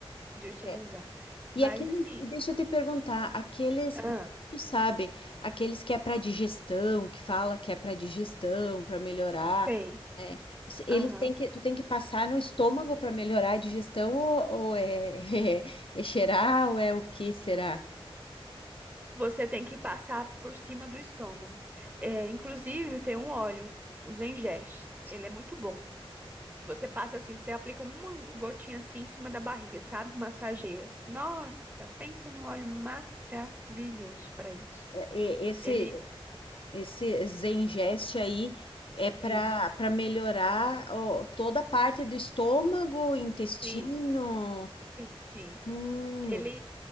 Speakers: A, on the right; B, on the left.
A: de utilizar.
B: É.
A: Mas
B: E aqueles,
A: assim,
B: e deixa eu te perguntar, aqueles,
A: ah,
B: tu sabe, aqueles que é para digestão, que fala que é para digestão, para melhorar,
A: tem,
B: é, se- eles
A: Aham.
B: têm que, tu tem que passar no estômago para melhorar a digestão ou, ou é, <laughs> é, cheirar ou é o que será?
A: Você tem que passar por cima do estômago. É, inclusive, tem um óleo, os Engestes. Ele é muito bom. Você passa assim, você aplica uma gotinha assim em cima da barriga, sabe? Massageia. Nossa, pensa num óleo maravilhoso para isso.
B: É, é, Esse
A: Ele,
B: esse Zengest aí é para
A: isso.
B: para melhorar ó, toda a parte do estômago, intestino.
A: Sim, sim, sim.
B: Hum,
A: Ele